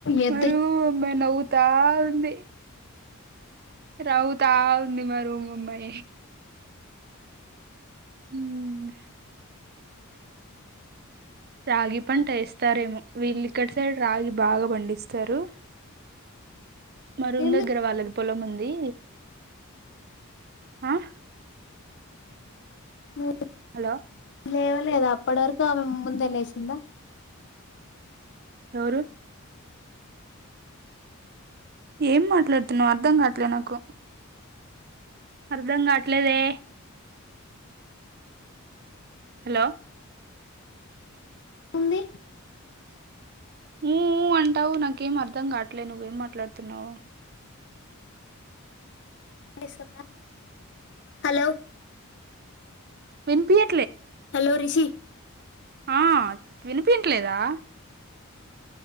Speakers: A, on the left; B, on the right.
A: ఎద్దులు
B: మరు అబ్బాయి నవ్వుతా ఉంది రవుత ఉంది మా రూమ్ ముంబై ఉ నే రాగి పంట ఏస్తారేమో వీల్లి ఇక్కడ సైడ్ రాగి బాగా పండిస్ తరు మా రూమ్
A: ఎందుకు
B: దగ్గర వాళ్ళది పొలం ఉంది ఆ
A: ఉ
B: హలో
A: లేవలేదా అప్పటి వరకు ఆమె ముందే లేసిందా
B: ఎవరు ఏం మాట్లాడుతున్నావు అర్ధం కాట్లే నాకు అర్ధం కావట్లేదే హలో
A: ఉంది
B: ఊ ఉ అంటావు నాకేం అర్ధం కావట్లేదు నువ్వేం మాట్లాడుతున్నావో
A: నటిస్తుంద హలో
B: విన్పియా
A: హలో రిషి
B: ఆ వినిపిన్ ట్లేదా